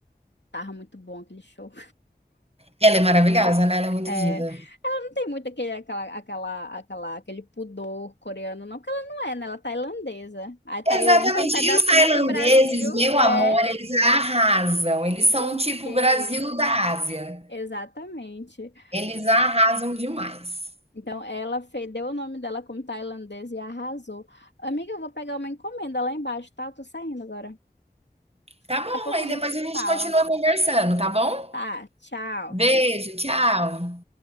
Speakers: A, on the left (about 90°); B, on the right (about 35°).
A: Tava muito bom aquele show.
B: Ela é maravilhosa, né? Ela é muito
A: É,
B: diva.
A: ela não tem muito aquele, aquela, aquela, aquela, aquele pudor coreano, não, porque ela não é, né? Ela é tailandesa. A Tailândia
B: Exatamente.
A: é um pedacinho
B: E os tailandeses,
A: do Brasil,
B: meu
A: é
B: amor, eles arrasam. Eles são
A: o
B: tipo
A: quê?
B: o Brasil da Ásia.
A: Exatamente.
B: Eles arrasam demais.
A: Então, ela fe- deu o nome dela como tailandesa e arrasou. Amiga, eu vou pegar uma encomenda lá embaixo, tá? Eu tô saindo agora.
B: Tá
A: Daqui
B: bom,
A: a pouco
B: aí
A: a gente
B: depois
A: se
B: a gente
A: fala.
B: continua conversando, tá bom?
A: Tá, tchau.
B: Beijo,
A: Até
B: tchau.